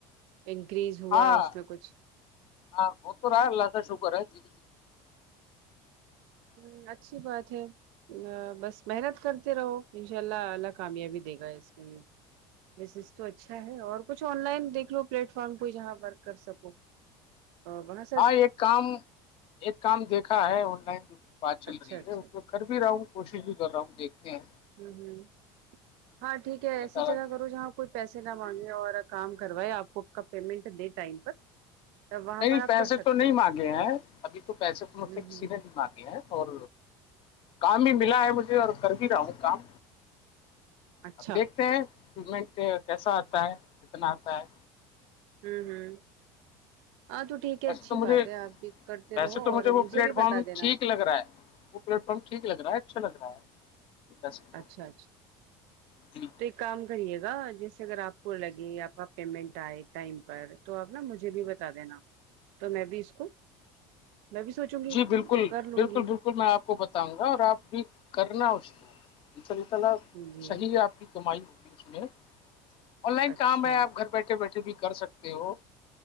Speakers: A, on the right; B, on the left.
A: انکریز ہوا
B: ہاں
A: اس میں کچھ
B: ہاں ہو تو رہا اللہ کاا شوکر ہے دے
A: ہ اچھی بات ہے ا بس محنت کرتے رہو انشاء اللہ العلہ کامیابی دے گا اس میں بزنس تو اچھا ہے اور کچھ آن لائن دیک پلیٹ فارم کو جہاں ورک کر سکوں بت
B: ہاں ایک کام ایک کام دیکھا ہے آن لائن بات چل
A: اچھا
B: رہی
A: اچھا
B: ہے اس کر بھی رہا ہوں کوشش بھی کر رہا ہوں دیکھتے ہیں
A: ہ ہ ہاں ٹھیک ہے
B: اللہ
A: ایسی
B: تعالی
A: جگہ کرو جہاں کوئی پیسے نہ مانگے اور کام کروائے آپ کو کا پیمنٹ دے ٹائم پر تب وہاں
B: نہیں
A: پر آپ
B: پیسے
A: کر سکتے
B: تو نہیں
A: ہو
B: مانگے ہیں ابھی تو پیسے تو مجھ
A: ہ
B: سے کسی
A: ہ
B: نے نہیں مانگے ہیں اور کام بھی ملا ہے مجھے اور کر بھی رہا ہوں کام
A: اچھا
B: اب دیکھتے ہیں پیمنٹ کیسا آتا ہے کتنا آتا ہے
A: ھمم ھمم آ جو ٹھیک ہے
B: ایسے
A: اچھی
B: تو مجھے
A: بات ہے آپ پک کرتے
B: ویسے
A: رہو
B: تو
A: اور
B: وہ
A: مجھے
B: پلیٹ
A: بھی
B: فارم
A: بتا دینا
B: ٹھیک
A: ہ
B: لگ رہا ہے وہ پلیٹ فارم ٹھیک لگ رہا ہے اچھا لگ رہا ہے ویسے تو
A: اچھا اچھا
B: جی
A: ٹھیک کام کریے گا جیسے اگر آپ کو لگے آپ کا پیمنٹ آئے ٹائم پر تو آپ نا مجھے بھی بتا دینا تو میں بھی اس کو میں بھی سوچوں گی
B: جی بالکل
A: کر لوں
B: بالکل
A: گی
B: بالکل میں آپ کو بتاؤں گا اور آپ بھی کرنا اس اناء اللہ تعالی
A: جی
B: صحیح ہے آپ کی کمائی ہوگی اس میں آن لائن
A: اچھا
B: کام ہے آپ گھر بیٹھے بیٹھے بھی کر سکتے ہو